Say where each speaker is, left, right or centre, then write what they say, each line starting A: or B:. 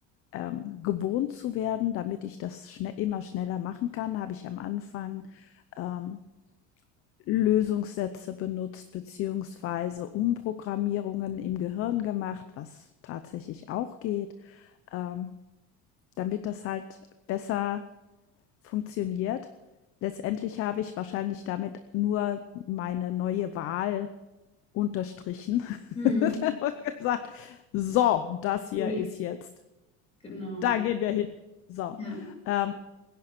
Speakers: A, on the left; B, on the left.
A: ähm, gewohnt zu werden, damit ich das schnell, immer schneller machen kann, habe ich am Anfang ähm, Lösungssätze benutzt, beziehungsweise Umprogrammierungen im Gehirn gemacht, was tatsächlich auch geht, ähm, damit das halt besser funktioniert. Letztendlich habe ich wahrscheinlich damit nur meine neue Wahl unterstrichen
B: Mhm.
A: <laughs> und gesagt, so, das hier
B: So jetzt.
A: ist jetzt,
B: Genau.
A: da gehen wir hin. So.
B: Ja.
A: Ähm,